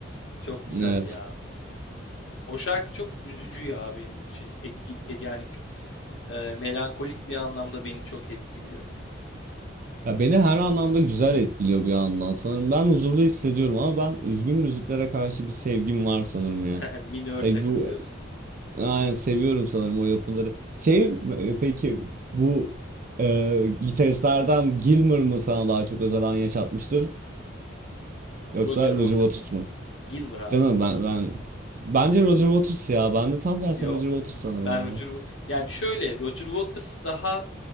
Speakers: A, on the left; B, on the right.
A: Çok güzel
B: Evet.
A: ya. O şarkı çok üzücü ya benim için. Etki, et- yani e, melankolik bir anlamda beni çok etkiliyor.
B: Ya beni her anlamda güzel etkiliyor bir yandan sanırım. Ben huzurlu hissediyorum ama ben üzgün müziklere karşı bir sevgim var sanırım ya.
A: <laughs> Minör takılıyorsun.
B: E, bu yani seviyorum sanırım o yapıları. Şey e, peki bu e, gitaristlerden Gilmour mu sana daha çok özel an yaşatmıştır yoksa
A: Roger
B: Roger
A: Waters.
B: Waters mı?
A: Gilmour abi.
B: Değil mi? Ben ben bence Roger Waters ya. Ben de tam tersine
A: Yok.
B: Roger Waters sanırım
A: Ben
B: abi.
A: Roger Wa- yani şöyle Roger Waters daha